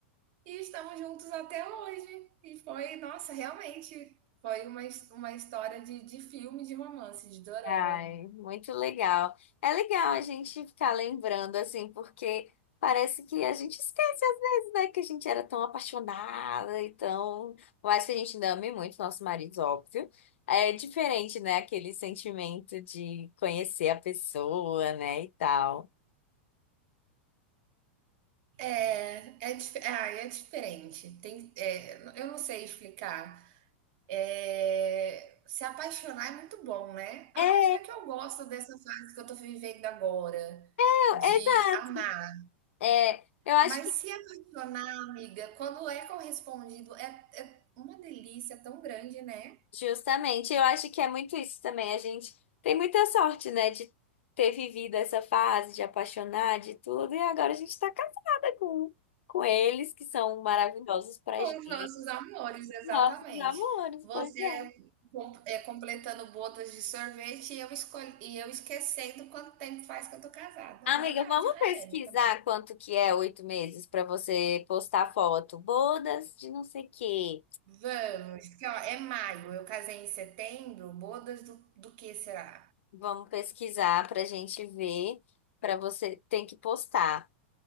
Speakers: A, on the right (about 55°); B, on the left (about 80°).
A: e estamos juntos até hoje. E foi, nossa, realmente foi uma, uma história de, de filme, de romance, de dorama.
B: Ai, muito legal. É legal a gente ficar lembrando assim, porque parece que a gente esquece às vezes, né, que a gente era tão apaixonada e tão, por mais que a gente ainda ame muito nossos maridos, óbvio. É diferente, né, aquele sentimento de conhecer a pessoa, né, e tal.
A: É, é, dif- ah, é diferente. Tem, é, eu não sei explicar. É, se apaixonar é muito bom, né? Apesar
B: É,
A: que eu gosto dessa fase que eu tô vivendo agora,
B: é,
A: de
B: exato.
A: amar.
B: É, eu acho
A: Mas
B: que,
A: se apaixonar, amiga, quando é correspondido, é, é uma delícia tão grande, né?
B: justamente, eu acho que é muito isso também. A gente tem muita sorte, né, de ter vivido essa fase, de apaixonar, de tudo, e agora a gente tá casada com, com eles, que são maravilhosos pra
A: Com
B: gente.
A: os nossos amores, exatamente.
B: Nossos amores,
A: Você
B: pois é.
A: com- é, completando bodas de sorvete e eu, escolhi, e eu esquecendo quanto tempo faz que eu tô casada.
B: Amiga,
A: Normal,
B: vamos
A: de Rayane
B: pesquisar
A: também.
B: quanto que é oito meses pra você postar foto. Bodas de não sei o quê.
A: Vamos, que ó, é maio, eu casei em setembro, bodas do, do que será?
B: Vamos pesquisar pra gente ver, pra você tem que postar.